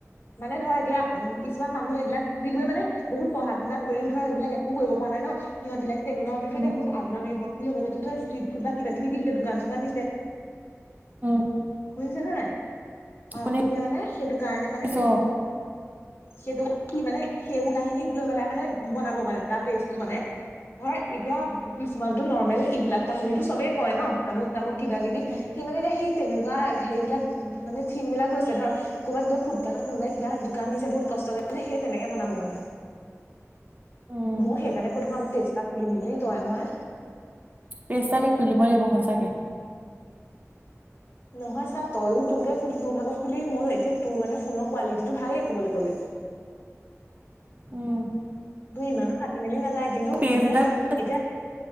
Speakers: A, on the left; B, on the right.
A: এনে ধৰ এতিয়া উম কিছুমান মানুহ এইবিলাক যিবোৰে মানে বহুত পঢ়া শুনা কৰিও ধৰ এইবিলাক একো কৰিব পোৱা নাই ন সিহতবিলাক তেনেকুৱা হয়তোত
B: উম
A: বহুত আত্মনিৰ্ভৰশীল তাৰ ত তই ষ্ট্ৰিট ফুড বা কিবা কিবি দিছে দোকান চুকান দিছে
B: উম
A: শুনিছানে নাই অঁ
B: শুনি
A: এতিয়া মানে সেইটো কাৰণে মানে
B: পিছত
A: হেৰি সেইটো কি মানে সেইবোৰ কাহিনী লৈ পেলাই মানে বনাব মানে তাত পেইজতো মানে ধৰক ই এতিয়া কিছুমানতো নৰ্মেল এইবিলাক কাহিনীতটো চবেই কয় ন আমুক তামুক কিবা কিবি
B: উম
A: সি মানে দে সেই তেনেকুৱা হেৰিবিলাক মানে থিম বিলাক লৈছে ধৰ ক'ৰবাত গৈ ফুটপাথত কোনোবাই কিবা দোকান দিছে বহুত কষ্ট কৰিছে সেই তেনেকে বনাব মানে
B: উম,
A: মোৰ সেইকাৰণ কৈ থাকো আমি তে তাক খুলিম বুলি তই মই
B: পেজ এটা আমি খুলিব লাগিব সচাঁকে
A: নহয় ছা তইয়ো তোকে তোৰ ভাগত খুলি মই এতিয়া তোৰ মানে ফোনৰ কোৱালিটিটো ভালেই ক'বলৈ ক'লে
B: উম
A: তোৰ ইমানো ফাটি মেলি নাযায়। কিন্তু
B: পেছ এটা, মানে
A: এতিয়া